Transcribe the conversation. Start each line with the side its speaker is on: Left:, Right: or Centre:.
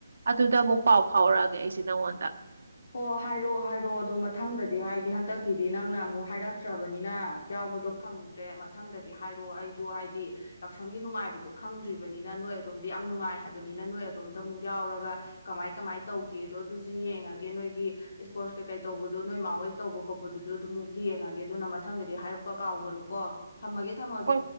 Right: ꯑꯗꯨꯗ ꯑꯃꯨꯛ ꯄꯥꯎ ꯐꯥꯎꯔꯛꯑꯒꯦ ꯑꯩꯁꯦ ꯅꯪꯉꯣꯟꯗ
Left: ꯑꯣ ꯍꯥꯏꯔꯛꯑꯣ ꯍꯥꯏꯔꯛꯑꯣ ꯑꯗꯣ ꯃꯊꯪꯗꯗꯤ ꯍꯥꯏꯗꯤ ꯍꯟꯗꯛꯀꯤꯗꯤ ꯅꯪꯅ ꯑꯃꯨꯛ ꯍꯥꯏꯔꯛꯇ꯭ꯔꯕꯅꯤꯅ ꯌꯥꯎꯕꯗꯣ ꯐꯪꯗ꯭ꯔꯦ ꯃꯊꯪꯗꯗꯤ ꯍꯥꯏꯔꯛꯑꯣ ꯑꯩꯁꯨ ꯍꯥꯏꯗꯤ ꯌꯥꯎꯁꯪꯒꯤ ꯅꯨꯡꯉꯥꯏꯕꯗꯣ ꯈꯪꯗ꯭ꯔꯤꯕꯅꯤꯅ ꯅꯣꯏ ꯑꯗꯣꯝꯗꯤ ꯌꯥꯝ ꯅꯨꯡꯉꯥꯏ ꯍꯥꯏꯕꯅꯤꯅ ꯅꯣꯏ ꯑꯗꯣꯝꯗ ꯑꯃꯨꯛ ꯌꯥꯎꯔꯒ ꯀꯃꯥꯏ ꯀꯃꯥꯏꯅ ꯇꯧꯒꯦꯗꯣ ꯑꯗꯨꯁꯨ ꯌꯦꯡꯉꯒꯦ ꯅꯣꯏꯒꯤ ꯏꯁꯄꯣꯔꯠꯁ ꯀꯩꯀꯩ ꯇꯧꯕꯗꯨꯣ ꯅꯣꯏ ꯃꯥ ꯍꯣꯏ ꯇꯧꯕ ꯈꯣꯠꯄꯗꯨꯁꯨ ꯑꯗꯨꯝꯃꯛ ꯌꯦꯡꯉꯒꯦ ꯑꯗꯨꯅ ꯃꯊꯪꯗꯗꯤ ꯍꯥꯏꯔꯛꯄ ꯀꯥꯎꯕꯅꯨꯀꯣ ꯊꯝꯃꯒꯦ ꯊꯝꯃꯒꯦ
Right: ꯍꯣꯏ